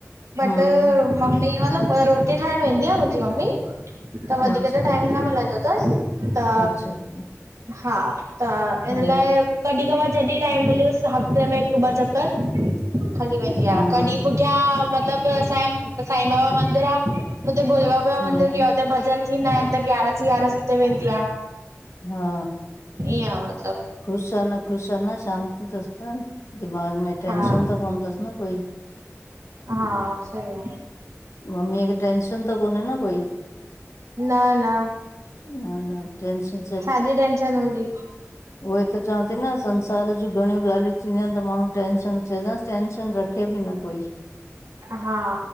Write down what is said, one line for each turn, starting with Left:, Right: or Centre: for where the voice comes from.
Right: बट
Left: हम्म,
Right: मम्मी मतलब ब रोटी ठाहिणु वेंदी आ मुंजी मम्मी त वधीक
Left: अच्छा
Right: त टाइम न मिलंदो तस। त,
Left: अच्छा अच्छा
Right: हा त
Left: हम्म
Right: इन लाए, कॾि कबार जॾि टाइम मिलियुस हफ़्ते में हिकु ॿ चकर हली वेंदी आ।
Left: हम्म
Right: कॾि पुठियां मतलब असांजे साई बाबा मंदिर आ हुते ॿयो
Left: हम्म,
Right: मंदिर बि आ हुते भजन थींदा आहिनि त ग्यारस ग्यारस हुते वेंदी आ।
Left: हा
Right: ईअं मतलब
Left: ख़ुश आ न ख़ुश आ नस शांती तस त दिमाग में टेंशन
Right: हा
Left: त कोंनतसि न कोई
Right: हा सही आ
Left: मम्मीअ खे टेंशन त कोन्हे न कोई
Right: न न
Left: न न टेंशन
Right: छाॼी टेंशन हुंदी
Left: उहोई त चवां थी न संसार जुं घणियूं ॻाल्हियूं थींदियूं आहिनि त माण्हू टेंंशन चैजास टेंशन रखे ॿि न कोई
Right: हा